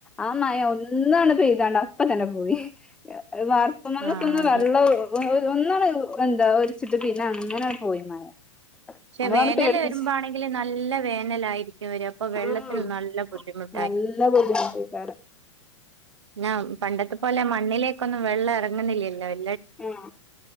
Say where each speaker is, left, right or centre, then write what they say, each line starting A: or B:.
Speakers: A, in the centre; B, on the right.
A: ആ മഴഒന്നാണ് പെയ്താണ്ട് അപ്പ തന്നെ പോയി വാർപ്പുമന്നക്കൊന്ന്
B: ആഹ് അതെ
A: വെള്ളം ഒന്നള് ഉണ്ട് ഇത വരിച്ചിട്ട് പിന്നെ അങ്ങനെ പോയി മഴ
B: പക്ഷെ
A: നമ്മളാണ്ട്
B: വേനൽ
A: പേടിപ്പിച്ച്
B: വരുമ്പോ ആണെങ്കിൽ നല്ല വേനലായിയിരിക്കും വര അപ്പൊ വെള്ളത്തിനും
A: ആഹ്
B: നല്ല ബുദ്ധിമുട്ട
A: നല്ല ബുദ്ധിമുട്ടിക്കാറാ
B: ഞാ പണ്ടത്തെ പോലെ മണ്ണിലേക്കൊന്നും വെള്ളം ഇറങ്ങുന്നില്ലല്ലോ
A: ആ